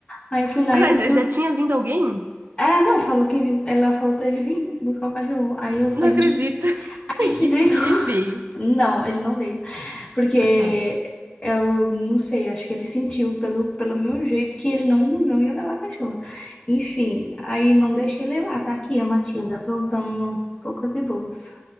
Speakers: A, on the left; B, on the right.
A: Aí eu fui lá
B: Ah,
A: e. do-
B: já, já tinha vindo alguém?
A: Ah, não, falou que vi- ela falou pra ele vir buscar o cachorro. Aí
B: Não
A: eu, a gente,
B: acredito. <laughs>
A: <laughs> a
B: E,
A: gente brigou.
B: e ele veio.
A: Não, ele não veio. Porque
B: Ah, tá.
A: eu não sei, acho que ele sentiu pelo, pelo meu jeito que ele não, não ia levar a cachorra. Enfim, aí não deixei levar. Tá aqui a Matilda aprontando no poucas e boas.